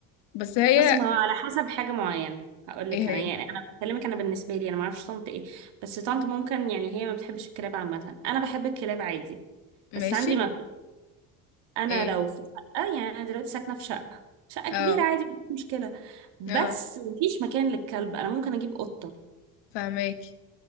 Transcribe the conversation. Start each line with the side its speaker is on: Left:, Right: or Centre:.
Left: بس هي
Right: بصي ما هو على حسب حاجة معينة هقول لك
Left: ايه
Right: انا
Left: هي
Right: يعني انا بكلمك انا بالنسبة لي انا ما اعرفش طنط ايه بس طنط ممكن يعني هي ما بتحبش الكلاب عامة انا بحب الكلاب عادي
Left: ماشي
Right: بس عندي مبدأ انا
Left: ايه
Right: لو في شقة يعني انا دلوقتي ساكنة في شقة شقة
Left: اه
Right: كبيرة عادي مفيش مشكلة بس
Left: اه
Right: مفيش مكان للكلب انا ممكن اجيب قطة
Left: فهماكي